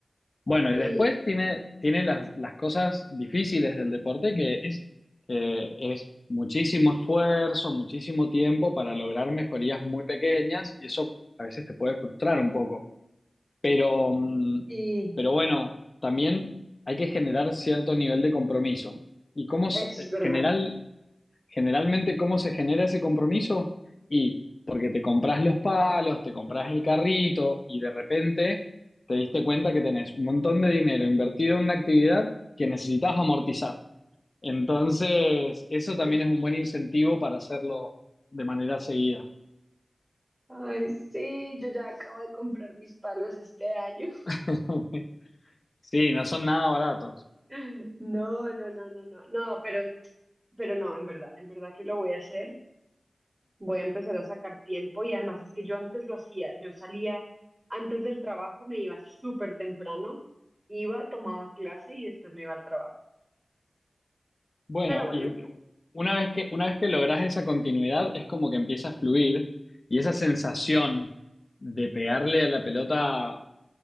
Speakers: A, on the left; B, on the right.
A: Bueno,
B: Y,
A: y después tiene, tiene las, las cosas difíciles del deporte, que es, que es muchísimo esfuerzo, muchísimo tiempo para lograr mejorías muy pequeñas, y eso a veces te puede frustrar un poco. Pero, mm,
B: y
A: pero bueno, también hay que generar cierto nivel de compromiso. Y como
B: eso es verdad.
A: general, Generalmente, ¿cómo se genera ese compromiso? Y porque te compras los palos, te compras el carrito y de repente te diste cuenta que tenés un montón de dinero invertido en una actividad que necesitas amortizar. Entonces, eso también
B: Sí.
A: es un buen incentivo para hacerlo de manera seguida.
B: Ay, sí, yo ya acabo de comprar mis palos este año.
A: <laughs> Sí, no son nada baratos.
B: <laughs> No, no, no, no, no, no, pero, pero no, en verdad, en verdad que lo voy a hacer. Voy a empezar a sacar tiempo y además es que yo antes lo hacía, yo salía antes del trabajo, me iba súper temprano, iba, tomaba clase y después me iba al trabajo.
A: Bueno,
B: Pero bueno,
A: y una vez que, una vez que logras esa continuidad, es como que empieza a fluir y esa sensación de pegarle a la pelota